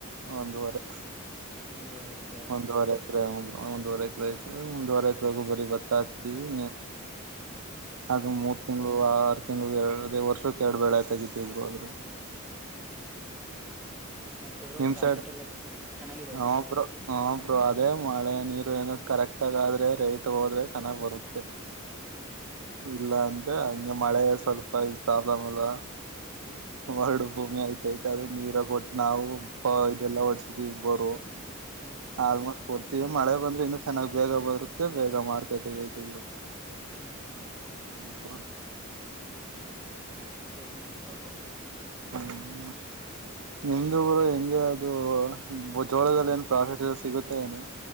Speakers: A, on the right; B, in the centre.
A: ಒಂದುವರೆ
B: ಒಂದೂವರೆ ಎಕರೆ
A: ಒಂದುವರೆ ಭತ್ತ ಬ್ರೋ ಒಂದೂವರೆ ಹಾಕರ್ ಆಯ್ತ್ ಒಂದೂವರೆ ಹಾಕರ್ ಬರೇ ಬತ್ತ ಹಾಕಿದೆವೆ ಅದು
B: ಹ್ಮ್
A: ಮೂರು ತಿಂಗ್ಗಳುು ಆರು ತಿಂಗಳು ಎಡು ಅದೇ ವರ್ಷಕ್ಕೆ ಎರಡು ಬೆಳೆತ ತಗತಿ ಬ್ರೋ ಆದ್ರರು
B: ಹ್ಮ್ ಹ್ಮ್ ಮತ್ತೆ ಬ್ರೋ
A: ನಿಮ್
B: ಪ್ರಾಫಿಟ್
A: ಸೈಡ್
B: ಎಲ್ಲ ಚೆನ್ನಿದ
A: ಹ
B: ಬ್ರೋ ಪ್ರಾಫಿಟ್
A: ಹ ಬ್ರೋ ಅದೇ ಮಳೆ ನೀರು ಏನ ಕರೆಕ್ಟಗ ಆದ್ರೆ ರೈಟ್ ಹೋದ್ರೆ ಚೆನ್ನಾಗಿ್ ಬರುತ್ತೆ
B: ಹ್ಮ ಹ್ಮ್
A: ಇಲ್ಲ ಅಂದ್ರೆ ಹಂಗೆ ಮಳೆ ಸ್ವಲ್ಪ ಪ್ರಾಬ್ಲಮ್ ಎಲ್ಲ
B: ಹ್ಮ್
A: ವರಡು ಭೂಮಿ ಆಐ್ತ ಐ್ತ ಅದದು ನೀರ ಕೊಟ್ಟು ನಾವು ಇದೆಲ್ಲ ಒಡ್ಸಿದೀವಿ ಬರುವ
B: ಹ್ಮ್
A: ಆಲ್ಮೋಸ್ಟ್ ಕೊಡ್ತೀವಿ ಮಳೆ ಬಂದ್ರೆ ಇನ್ನುೂ ಚೆನ್ನಾಗಿ ಬೇಗ ಬರುತ್ತೆ ಬೇಗ ಮಾರ್ುಟ್ಟ ಬತ್ತೆ
B: ಹ್ಮ್ ಹ್ಮ್
A: ಹ್ಮ್ ಬ್ರೋ
B: ಮತ್ತೆ ಏನಲ್ಲ ಬ್ರೋ
A: <unintelligible> <inaudible> ನಿಮ್ದುಊರು ಹೆಂಗೆ ಅದು ಜೋಳದಲ್ಲಿ ಏನು ಪ್ರಾಫಿಟ್ ಸಿಗುತ್ತೆ ಏನು